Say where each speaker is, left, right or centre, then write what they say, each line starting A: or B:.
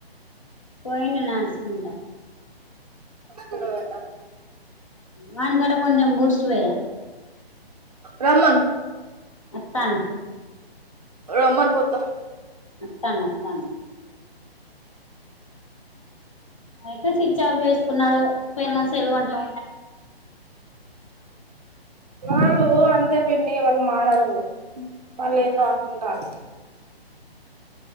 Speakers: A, on the left; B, on the right.
A: పోయిన నడుచుకుంటా
B: అకుడుద
A: వణగాడం కొంచెం బూస్ట్ వైరా
B: రమ్మను
A: వస్తాను
B: రమ్మను పోతా
A: వస్తాను వస్తాను అయితే స్విచ్ ఆఫ్ చేసుకున్నాడు పల్లుగుంటా
B: వాళ్ళు అంతే పిన్ని వాళ్ళు మారారు వాళ్ళ ఏందో అనుకుంటారు